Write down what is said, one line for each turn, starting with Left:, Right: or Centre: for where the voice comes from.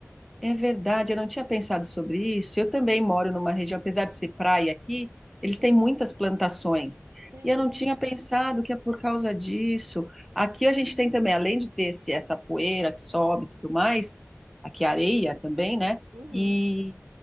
Centre: É verdade, eu não tinha pensado sobre isso. Eu também moro numa região, apesar de ser praia aqui, eles
Right: Uhum.
Centre: têm muitas plantações.
Right: Sim,
Centre: E
Right: sim.
Centre: eu não tinha pensado que é por causa disso. Aqui a gente tem também, além de ter esse, essa poeira que sobe e tudo mais, aqui a areia também, né?
Right: Uhum.
Centre: E